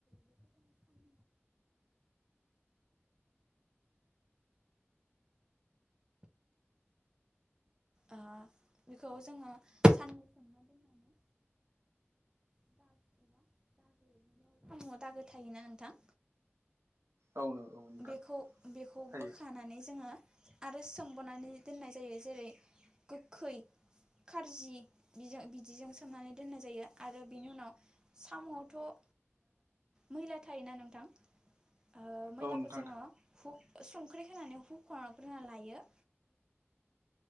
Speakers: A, on the right; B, on the right.
A: दोननाय जायो बेखौ जों साननैहालागै सोमनानै दोनजायो ओ बेखौ जोङो साननै सोमना दोननानै <inaudible> सामुवाव दागो‌ थायोना नोंथां
B: औ नोंथां
A: बेखौ बेखौ
B: थायो
A: बोखानानै जोंङो आरो सोमबोनानै दोननाय जायो। जेरै गोखै खार्जि बिजों बिदिजों सोमनानै दोननाय जायो आरो बिनि उनाव साम'वावथ' मैला थायोना नोंथां! ओ मैलाखौ
B: औ नों
A: जोङो हु संख्रि होनानै हुख'ग्रोना लायो।